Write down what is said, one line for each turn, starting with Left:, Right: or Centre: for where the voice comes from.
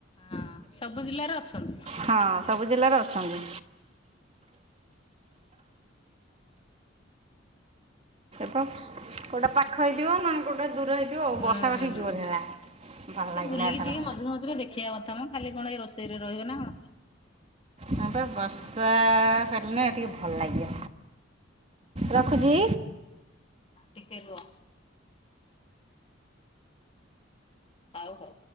Left: ହଁ ସବୁ ଜିଲ୍ଲାରେ ଅଛନ୍ତି ହୁଁ।
Right: ହଁ ସବୁ ଜିଲ୍ଲାରେ ଅଛନ୍ତି ତ କୋଉଟା ପାଖ ହେଇଥିବ ନନେ କୋଉଟା ଦୂର ହେଇଥିବ ଆଉ
Left: ହୁଁ
Right: ବର୍ଷା ବେଷି
Left: ହୁଁ
Right: ଜୋରେ ହେଲା। ଭଲ୍ ଲାଗିଲା
Left: ଏ ବୁଲିକି
Right: ଏଥର।
Left: ଟିକେ ମଝିରେ ମଝିରେ ଦେଖିବା କଥା ମ ଖାଲି କଣ ଏଇ ରୋଷେଇରେ ରହିବ ନା କଣ
Right: ହଁ ପା। ବର୍ଷା ହେଲେ ଟିକେ ଭଲ୍ ଲାଗିବ, ରଖୁଛି।
Left: ଟିକେ ରୁହ। ଆଉ ହୋ